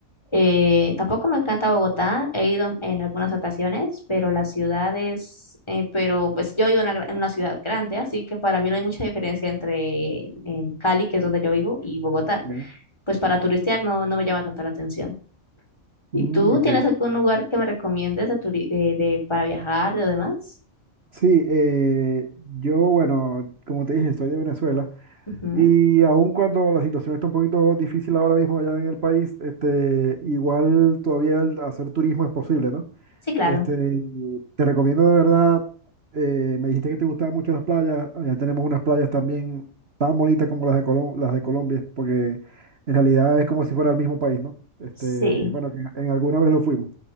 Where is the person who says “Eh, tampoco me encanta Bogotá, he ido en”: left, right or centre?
Left